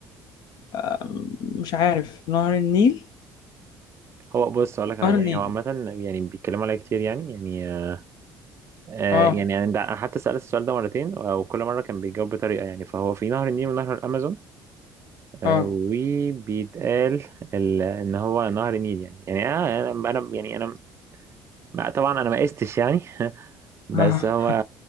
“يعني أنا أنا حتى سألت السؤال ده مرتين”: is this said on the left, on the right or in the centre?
Right